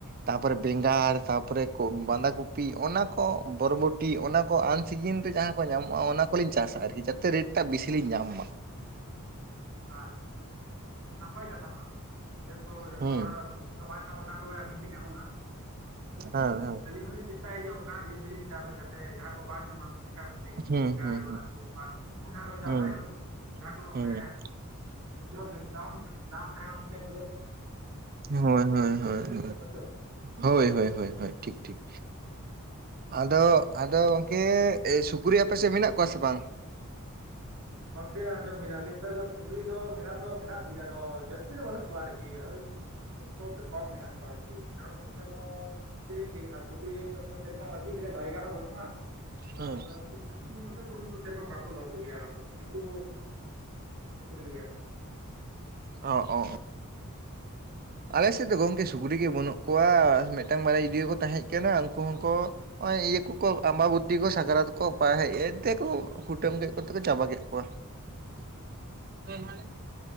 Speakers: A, on the right; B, on the right.
A: ᱛᱟᱯᱚᱨᱮ ᱵᱮᱸᱜᱟᱲ ᱛᱟᱯᱚᱨᱮ ᱠᱚ ᱵᱟᱸᱫᱟ ᱠᱚᱯᱤ ᱚᱱᱟ ᱠᱚ ᱵᱚᱨᱵᱚ ᱴᱤ ᱚᱱᱟ ᱠᱚ ᱟᱱ ᱥᱤᱡᱤᱱ ᱨᱮ ᱡᱟᱦᱟᱸ ᱠᱚ ᱧᱟᱢᱚᱜᱼᱟ ᱚᱱᱟ ᱠᱚᱞᱤᱧ ᱪᱟᱥᱟ ᱟᱨᱠᱤ ᱡᱟᱛᱮ ᱨᱮᱹᱴ ᱴᱟᱜ ᱵᱤᱥᱤ ᱞᱤᱧ ᱧᱟᱢ ᱢᱟ᱾
B: ᱟᱪᱪᱷᱟ, ᱱᱟᱯᱟᱭ ᱠᱟᱛᱷᱟ ᱱᱚᱣᱟ ᱫᱚ ᱡᱮᱦᱮᱛᱩ ᱡᱚᱛᱚ
A: ᱦᱩᱸ
B: ᱦᱚᱲᱟᱜ ᱫᱚ ᱵᱟᱝ ᱧᱟᱢᱚᱜ ᱚᱱᱟ ᱠᱚᱜᱮ ᱟᱹᱵᱤᱱ ᱴᱷᱮᱡ ᱧᱟᱢᱚᱜᱼᱟ
A: ᱦᱮᱸ ᱦᱮᱸ
B: ᱟᱹᱞᱤᱧ ᱦᱚᱸᱞᱤᱧ ᱪᱮᱥᱴᱟᱭ ᱜᱮᱭᱟ ᱚᱱᱠᱟᱱᱟᱜ ᱡᱤᱱᱤᱥ ᱜᱮᱞᱤᱧ ᱪᱟᱥᱟ ᱡᱟᱛᱮ ᱡᱟᱦᱟᱸ ᱠᱚ ᱵᱟᱝ ᱧᱟᱢᱟᱜ ᱠᱟ ᱵᱤᱱ ᱞᱟᱹᱭ ᱠᱮᱫᱟ
A: ᱦᱩᱸ
B: ᱵᱮᱸᱜᱟᱲ
A: ᱦᱩᱸ
B: ᱵᱟ ᱟᱹᱞᱩ ᱵᱟ ᱠᱚᱱᱰᱷᱟ ᱠᱚ ᱡᱟᱦᱟᱭ
A: ᱦᱩᱸ
B: ᱦᱳᱠ ᱡᱟᱦᱟᱠᱚᱭ ᱢᱟᱱᱮ
A: ᱦᱩᱸ
B: <unintelligible> ᱫᱟᱢ ᱛᱟᱦᱮᱱᱟ ᱚᱱᱛᱮ ᱨᱮ
A: ᱦᱳᱭ ᱦᱳᱭ ᱦᱳᱭ ᱦᱳᱭ,
B: ᱦᱮᱸᱥᱮ
A: ᱦᱳᱭ ᱦᱳᱭ ᱦᱳᱭ ᱦᱳᱭ, ᱴᱷᱤᱠ ᱴᱷᱤᱠ᱾ ᱟᱫᱚ ᱟᱫᱚ ᱜᱚᱝᱠᱮ ᱥᱩᱠᱨᱤ ᱟᱯᱮ ᱥᱮᱫ ᱢᱮᱱᱟᱜ ᱠᱚᱣᱟ ᱥᱮ ᱵᱟᱝ?
B: ᱜᱚᱢᱠᱮ ᱟᱸᱡᱚᱢ ᱵᱤᱱ ᱟᱞᱮ ᱥᱮᱫ ᱫᱚ ᱥᱩᱠᱨᱤ ᱫᱚ ᱢᱮᱱᱟᱜ ᱫᱚ ᱢᱮᱱᱟᱜ ᱠᱚᱜᱮᱭᱟ ᱟᱫᱚ ᱡᱟᱹᱥᱛᱤ ᱫᱚ ᱵᱟᱹᱱᱩᱜ ᱠᱚᱣᱟ ᱟᱨᱠᱤ ᱦᱳᱭ ᱠᱷᱩᱵ <unintelligible> ᱠᱚᱢ ᱢᱮᱱᱟᱜ ᱢᱮᱱᱟᱜ ᱠᱚᱣᱟ ᱟᱨ ᱠᱤ ᱠᱟᱨᱚᱱ ᱚᱱᱚᱛ ᱫᱚ ᱪᱮᱫ ᱤᱧ ᱞᱟᱹᱭᱟ ᱥᱩᱠᱨᱤ ᱥᱮᱨᱚᱠᱚᱢ ᱟᱹᱛᱤᱧ ᱞᱮᱠᱟ ᱡᱟᱭᱜᱟ ᱦᱚᱸ ᱵᱟᱹᱱᱩᱜᱼᱟ᱾ ᱛᱟᱯᱚᱨᱮ
A: ᱦᱩᱸ
B: <unintelligible> ᱥᱮᱨᱚᱠᱚᱢ ᱵᱟᱠᱚ ᱫᱚᱦᱚ ᱠᱚᱜᱮᱭᱟ ᱮᱠᱫᱚᱢ᱾ ᱠᱤᱱᱛᱩ ᱪᱮᱫ ᱤᱧ ᱞᱟᱹᱭᱟ ᱟᱫᱚ?
A: ᱚᱻ
B: <inaudible>
A: ᱟᱞᱮ ᱥᱮᱫ ᱫᱚ ᱜᱚᱝᱠᱮ ᱥᱩᱠᱨᱤ ᱜᱮ ᱵᱟᱹᱱᱩᱜ ᱠᱚᱣᱟ ᱢᱤᱫᱴᱟᱝ ᱵᱟᱨᱭᱟ ᱡᱩᱫᱤᱠᱚ ᱛᱟᱦᱮᱸᱜ ᱠᱟᱱᱟ ᱩᱱᱠᱩ ᱦᱚᱸᱠᱚ ᱦᱚᱸᱜ-ᱚᱭ ᱤᱭᱟᱹ ᱠᱚ ᱠᱚ ᱟᱢᱵᱟᱵᱩᱛᱤ ᱠᱚ ᱥᱟᱠᱟᱨᱛ ᱠᱚ ᱯᱟ ᱦᱮᱡ ᱮᱱᱛᱮ ᱠᱚ ᱠᱩᱴᱟᱹᱢ ᱠᱮᱫ ᱠᱚᱛᱮ ᱠᱚ ᱪᱟᱵᱟ ᱠᱮᱫ ᱠᱚᱣᱟ᱾
B: <inaudible>
A: <inaudible>